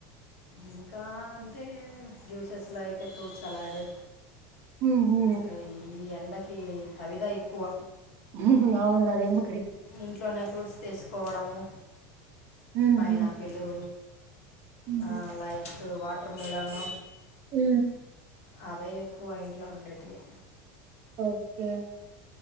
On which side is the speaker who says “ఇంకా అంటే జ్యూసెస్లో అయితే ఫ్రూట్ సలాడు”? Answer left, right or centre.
Left